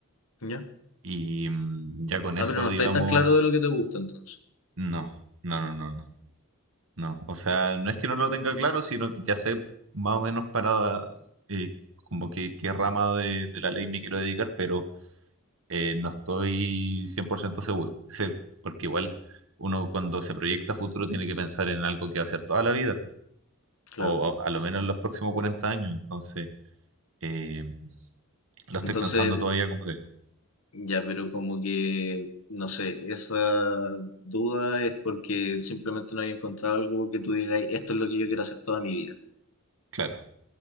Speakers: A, on the left (about 70°); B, on the right (about 65°).
A: ¿ya?
B: y mm, ya con eso,
A: Ah, pero no
B: digamos,
A: estáis tan claro de lo que te gusta entonces.
B: No, no, no, no, no, no. O sea, no es que no lo tenga claro, sino que ya sé más o menos para eh, como que qué rama de, de la ley me quiero dedicar, pero eh, no estoy 100% seguro. Es el, porque igual uno cuando se proyecta a futuro tiene que pensar en algo que va a hacer toda la vida,
A: Claro.
B: o a, a lo menos en los próximos 40 años. Entonces, eh, lo estoy
A: Entonces,
B: pensando todavía, como te digo.
A: Ya, pero como que, no sé, esa duda es porque simplemente no hay encontrado algo que tú digas, esto es lo que yo quiero hacer toda mi vida.
B: Claro,